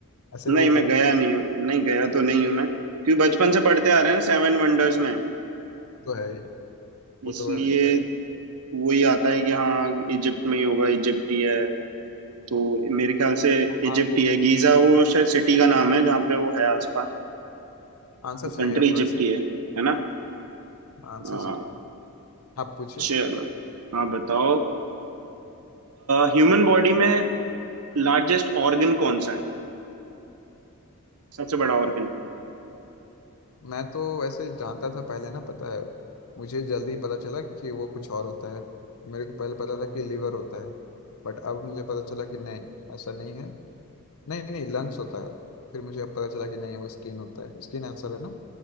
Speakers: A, on the left (about 70°); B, on the right (about 80°).
A: ऐसे
B: नहीं
A: बोल
B: मैं
A: रहे हो
B: गया नहीं हूँ नहीं गया तो नहीं हूँ मैं क्योंकि बचपन से पढ़ते आ रहे हैं सेवन वंडर्स में
A: तो है ही वो
B: इसलिए
A: तो है ही भाई
B: वही आता है कि हाँ इजिप्ट में ही होगा इजिप्ट ही है तो मेरे ख्याल से
A: हाँ
B: इजिप्ट
A: तो
B: ही है गीजा वो शायद सिटी का नाम है जहाँ पे वो है आसपास
A: आंसर
B: तो कंट्री
A: सही है आपका
B: इजिप्ट
A: वैसे
B: ही है है ना
A: आंसर
B: हाँ।
A: सही है आप पूछिए
B: चलो हाँ बताओ ह्यूमन बॉडी में लार्जेस्ट ऑर्गन कौन सा है सबसे बड़ा ऑर्गन
A: मैं तो वैसे जानता था पहले ना पता है मुझे जल्दी पता चला कि वो कुछ और होता है मेरे को पहले पता था कि लिवर होता है बट अब मुझे पता चला कि नहीं ऐसा नहीं है नहीं नहीं लंग्स होता है फिर मुझे अब पता चला कि नहीं वो स्किन होता है स्किन आंसर है ना